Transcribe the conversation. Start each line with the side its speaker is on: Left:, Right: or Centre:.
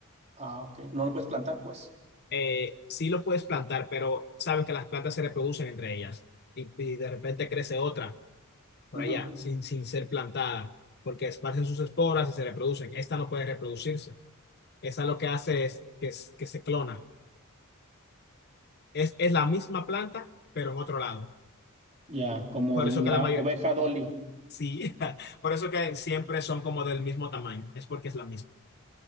Right: ah, ok, no lo puedes plantar, pues.
Left: Eh, sí lo puedes plantar, pero sabes que las plantas se reproducen entre ellas y, y de repente crece otra por
Right: Ujú.
Left: allá sin, sin ser plantada, porque esparcen sus esporas y se reproducen. Esta no puede reproducirse. Esa lo que hace es que, es- que se clona Es, es la misma planta, pero en otro lado.
Right: Ya, como
Left: Por
Right: la
Left: eso que la mayoría,
Right: oveja Dolly.
Left: sí, <laughs> por eso que siempre son como del mismo tamaño. Es porque es la misma.